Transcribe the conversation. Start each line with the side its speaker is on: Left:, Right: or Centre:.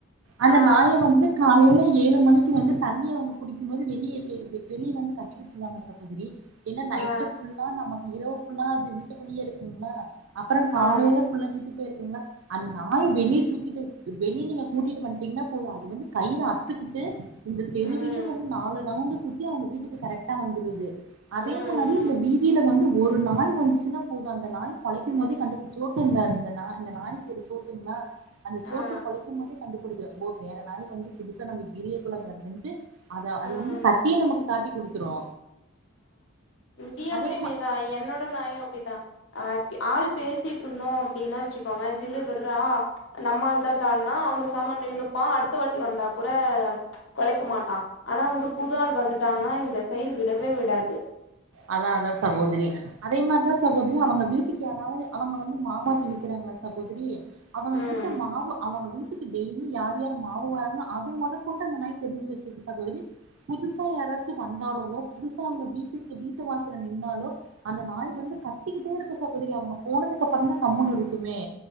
Right: அந்த
Left: ஆ
Right: நாய வந்து காலைல ஏழு மணிக்கு வந்து தண்ணிய அவுங்க பிடிக்கும் போது வெளியே வெளியே வந்து கட்டி சகோதரி ஏன்னா நைட்டு
Left: ஆ
Right: ஃபுல்லா நமக்கு இரவு ஃபுல்லா அது வீட்டுக்குள்ளயே இருக்குதுங்களா அப்றோ காலைல
Left: ஆ
Right: ஃபுல்லா கொலச்சிட்டே இருக்குங்களா அந்த நாய வெளியே தூக்கிட்டு வெளில பூட்டிட்டு வந்துட்டீங்கனா போது அது வந்து கயிற அத்துட்டு இந்த தெருவையே
Left: ம்
Right: வந்து நாலு ரவுண்டு சுத் அவுங்க வீட்டுக்கு கரெக்ட்டா வந்துருது அதே
Left: ம்
Right: மாரி இந்த
Left: ம்
Right: வீதியில வந்து ஒரு நாய் வந்துச்சுனா போது அந்த நாய் கொலைக்கு போதே கண்டுப்புடிச்சிடு சோட்டுங்க இந்த இந்த நாய் பேரு சோட்டுங்களா அந்த சோட்டு
Left: ஆ
Right: கொலைக்கு போதே கண்டுபுடுச்சிடு ஓ வேற நாய் வந்து புதுசா நம்ம கிரிய குல வருதுன்ட்டு அத
Left: ம்
Right: அது வந்து கத்தியே நமக்கு காட்டி குடுத்துரு
Left: இங்கேயு அப்டிமே
Right: அதே மா
Left: தா என்னோட நாயு அப்டிதா ஆள் பேசிட்டு இருந்தோ அப்டினா வச்சுக்கோவே ஜில்லு விட்றா நம்மால் தான்டா நா அவ பேசாம நின்னுப்பா அடுத்த வாட்டி வந்தா கூட ச் கொலைக்க மாட்டா ஆனா வந்து புது ஆள் வந்துட்டாங்கனா இந்த சைடு விடவே விடாது
Right: அதா அதா சகோதிரி அதே மாரி தா சகோதிரி அவுங்க வீட்டுக்கு யாராவது அவுங்க வந்து மாவாட்டி விக்கிறாங்களா சகோதிரி அவுங்க
Left: ம்
Right: வீட்டு மாவு அவுங்க வீட்டுக் டெய்லி யார் யார் மாவு வராங்க அது முதக்கொண்டு அந்த நாய் தெரிஞ்சு வச்சிருக்கு சகோதிரி புதுசா யாராச்சு வந்தாலோ புதுசா அவுங்க வீட்டுக்கு வீட்டு வாசல்ல நின்னாலோ அந்த நாய் வந்து கத்திக்கிட்டே இருக்கு சகோதிரி அவுங்க போனதுக்கு அப்றோந்தா கம்முனு இருக்குமே